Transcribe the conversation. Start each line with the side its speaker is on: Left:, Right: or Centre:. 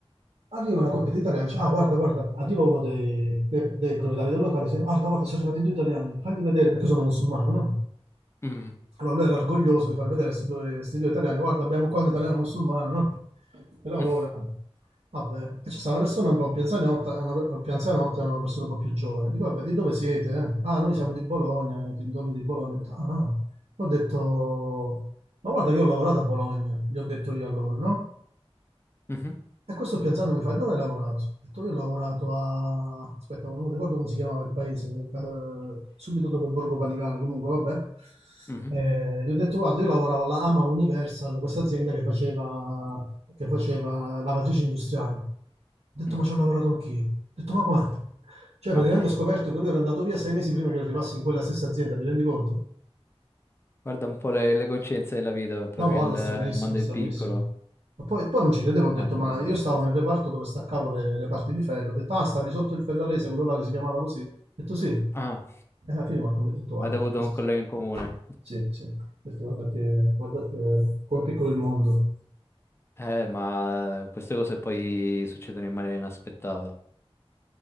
Right: arriva una coppia di italiani, dice, ah guarda, guarda, arriva uno dei, dei- dei proprietari del locale, dice, guarda, guarda, sono arrivati due italiani, fagli vedere perché sono musulmano, no?
Left: Mhm.
Right: Allora lui
Left: Ok.
Right: era orgoglioso di far vedere a questi due, a sti due italiani, guarda, abbiamo qua un italiano musulmano, no? Che lavora.
Left: <laughs>
Right: Vabbè, e ci sta una persona un po' più anzianotta, e una, più anzianotta e una persona un po' più giovane. Dico, vabbè, di dove siete? eh?" Ah, noi siamo di Bologna, eh, di dove di Bologna. Ho detto, "Ah, ah." Ho detto, ma guarda che io ho lavorato a Bologna, gli ho detto io a loro, no?
Left: Mhm.
Right: E questo pensando mi fa, dove hai lavorato? Ho detto, io ho lavorato a... Aspetta, non ricordo come si chiamava il paese, eh, subito dopo Borgo Panigale, comunque, vabbè.
Left: Mhm,
Right: Eh, gli ho detto, guarda, io lavoravo alla AMA Universal, questa azienda che faceva, che faceva lavatrici industriali. Ho detto,
Left: mhm.
Right: ma ci ho lavorato anch'io. Ho detto, ma quanto? Cioè,
Left: Ma
Right: praticamente
Left: dai,
Right: ho scoperto che lui era andato via sei mesi prima che io arrivassi in quella stessa azienda, ti rendi conto?
Left: guarda un po' le, le coscienze della vita, proprio
Right: No, guarda,
Left: il,
Right: stranissimo,
Left: il mondo
Right: stranissimo.
Left: è piccolo.
Right: Ma poi, poi non ci credevo, ho detto,
Left: No, sono
Right: ma
Left: belle
Right: io
Left: queste
Right: stavo
Left: cose.
Right: nel reparto dove staccavo le, le parti di ferro, ho detto, ah, stavi sotto il ferrarese, quello là che si chiamava così. Ho detto sì. E
Left: Ah,
Right: alla fine Marco mi ha detto, guarda
Left: avete avuto
Right: che cosa...
Left: un collega
Right: si-
Left: in comune.
Right: Sì, sì. Ho detto, guarda che, guarda che... come è piccolo il mondo.
Left: Eh, ma eh, queste cose poi succedono in maniera inaspettata.